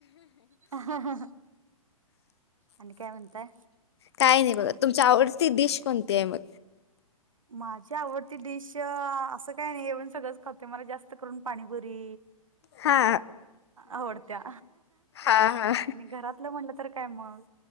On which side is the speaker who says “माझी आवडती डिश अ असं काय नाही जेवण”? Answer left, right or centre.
Right